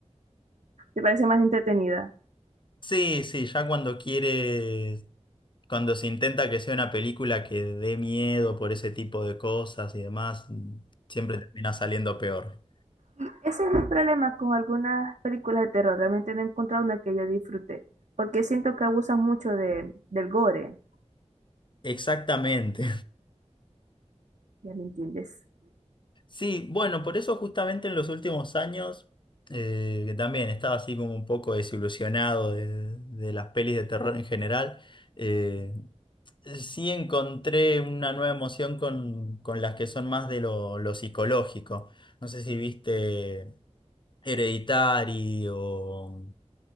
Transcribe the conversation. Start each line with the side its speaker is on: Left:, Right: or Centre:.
Right: te parece más entretenida.
Left: Sí, sí, ya cuando quiere cuando se intenta que sea una película que dé miedo por ese tipo de cosas y demás, mm, siempre termina saliendo peor.
Right: Y ese es mi problema con algunas películas de terror. Realmente no he encontrado una que yo disfrute, porque siento que abusan mucho de, del gore.
Left: Exactamente.
Right: ¿Ya me entiendes?
Left: Sí, bueno, por eso justamente en los últimos años eh, que también estaba así como un poco desilusionado de, de las pelis de terror en general. eh, sí encontré una nueva emoción con, con las que son más de lo, lo psicológico. No sé si viste Hereditary o